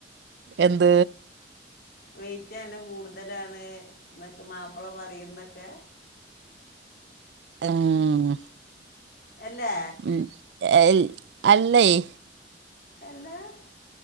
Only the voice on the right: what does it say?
എന്ത്.
ആഹ് ഉം.
ഉം ഏയ് അല്ലേയ്